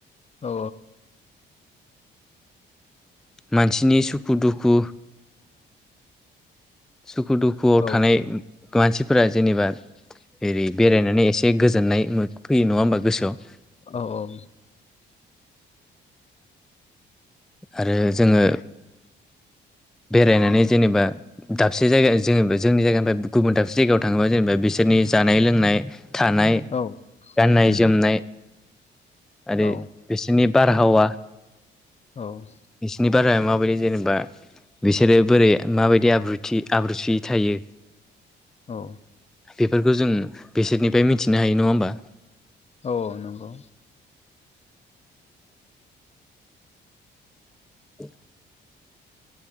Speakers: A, on the left (about 35°); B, in the centre.
A: औ।
B: मानसिनि सुखु- दुखु सुखु दु खुआव
A: औ
B: थानाय। थ मानसिफोरा जेनेबा एरै बेरायनानै एसे गोजोननाय मो फैयो नङा होमबा गोसोआव।
A: औ-औ।
B: आरो जोङो बेरायनानै जेनेबा। दाबसे जायगा जोङो जोंनि जायगानिफ्राय गुबुन दाबसे जायगायाव थाङोबा जेनेबा बिसोरनि जानाय लोंनाय। थानाय
A: औ
B: गाननाय
A: उम
B: जोमनाय आरो
A: औ
B: बेस सोरनि बारहावा।
A: औ।
B: बिसिनि बाराया माबायदि जेनेबा बिसोरो बोरै माबायदि आब्रुथि आब्रुथि थायो।
A: औ
B: बेफोरखौ जों बेसोरनिफ्राय मिथिनो हायो नङा होमबा?
A: औ औ नंगौ।
B: <inaudible>